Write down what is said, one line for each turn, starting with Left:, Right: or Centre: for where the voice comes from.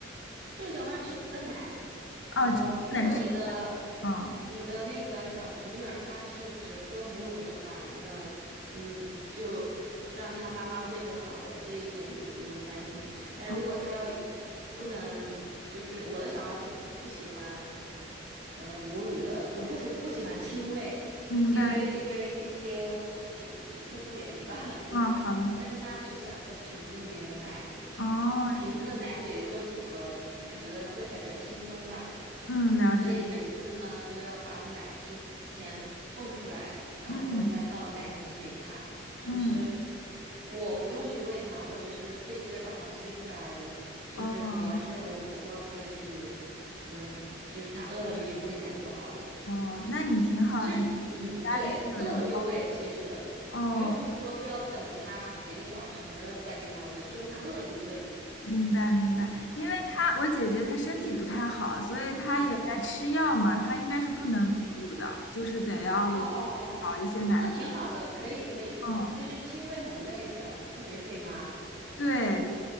Right: 这个小孩只喝奶。
Left: 哦，
Right: 嗯、
Left: 只能吃，
Right: 如果你的
Left: 嗯
Right: 你的那个小侄女儿她是只喝母乳的话，那嗯，就让她妈妈喂就好了，这一点就不用担心。但如果她要
Left: 哦，
Right: 不能，就是我的小孩是不不喜欢呃母乳的，呃不属不喜欢亲喂，
Left: 明白，
Right: 因为因为一些其特殊原因吧，<laughs> 就是但是他只喜欢喝瓶子里面的奶，
Left: 嗯，好了，哦，
Right: 瓶子的奶嘴更符合他觉得喝起来比较轻松吧，
Left: 这嗯，了解了，
Right: 所以每一次呢都要把奶提前泵出来，然后再倒到奶瓶里给他，
Left: 嗯嗯，
Right: 就是我不用去喂它，我只是费劲儿把它吸出来而已，就是主要是我婆婆会去，
Left: 哦
Right: 嗯，就是她饿了就去喂奶就好了。
Left: 哦，那你挺好的，
Right: 其实，
Left: 你
Right: 嗯，
Left: 家里还有人帮，
Right: 对，饿了就喂，其实不用说非要等他几个小时再给他喂，
Left: 哦。
Right: 就是他饿了就喂。
Left: 明白明白，
Right: 嗯
Left: 因为她我姐姐她身体不太好，所以她也在吃药嘛，
Right: 嗯
Left: 她应该是不能母乳的，
Right: 嗯，
Left: 就是得要我搞一些奶粉。
Right: 哦哦哦，那挺好的，可以可以。
Left: 嗯，
Right: 其实亲喂很累的，特别费妈。
Left: 对，